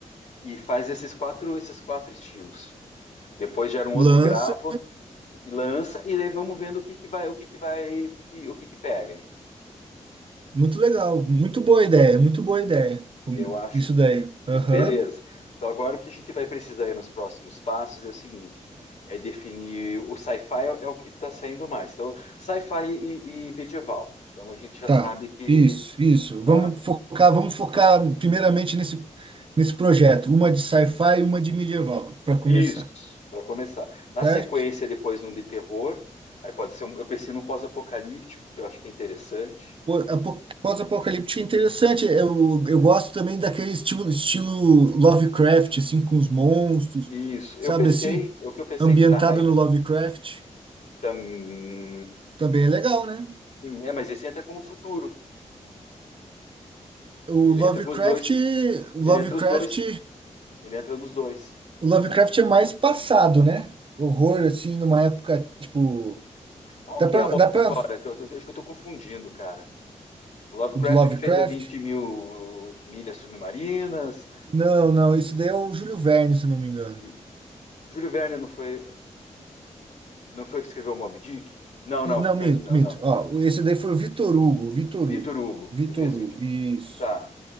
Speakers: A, on the left; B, on the right.
A: e faz esses quatro, esses quatro estilos. Depois gera um
B: Lança,
A: outro grafo e lança, e daí vamos vendo o que que vai, o que que vai, o que que, o que que pega,
B: muito legal, muito boa ideia, muito boa ideia. Hum,
A: Eu acho
B: Isso daí.
A: que. Beleza.
B: Aham.
A: Então, agora o que a gente vai precisar aí nos próximos passos é o seguinte: é definir. O sci-fi é, é o que está saindo mais. Então, sci-fi e, e medieval. Então, a gente já
B: Tá,
A: sabe que.
B: isso, isso. Vamos
A: Tá?
B: focar, vamos focar primeiramente nesse, nesse projeto, uma de sci-fi e uma de medieval, para começar,
A: Isso, para começar. Na
B: certo?
A: sequência, depois um de terror. Aí pode ser um, eu pensei num pós-apocalíptico, que eu acho que é interessante.
B: Pô, apo- Pós-apocalíptico é interessante, eu, eu gosto também daquele estilo, estilo Lovecraft, assim, com os monstros,
A: Isso,
B: sabe
A: eu pensei,
B: assim?
A: o que eu pensei
B: Ambientado
A: que tá hype
B: no Lovecraft,
A: também
B: também é legal, né?
A: é, mas esse entra como futuro.
B: O Lovecraft,
A: Ele entra com os dois.
B: Lovecraft,
A: Ele entra os dois. Ele entra nos dois.
B: o Lovecraft é mais passado, né? Horror, assim, numa época, tipo...
A: Qual
B: Dá
A: que
B: pra,
A: é a outra
B: dá pra
A: história? Que eu, eu acho que eu tô confundindo, cara. O Lovecraft
B: O do Lovecraft?
A: é o que fez o 20 mil uh, milhas submarinas.
B: Não, não, esse daí é o Júlio Verne, se não me engano.
A: Jú- Júlio Verne não foi, não foi o que escreveu o Moby Dick? Não, não,
B: E, não,
A: foi,
B: minto,
A: não,
B: minto.
A: não.
B: Ó, esse daí foi o Vitor Hugo, Vitor
A: Vitor
B: Hugo.
A: Hugo,
B: Vitor
A: que fez
B: Hugo,
A: 20.
B: isso.
A: Tá,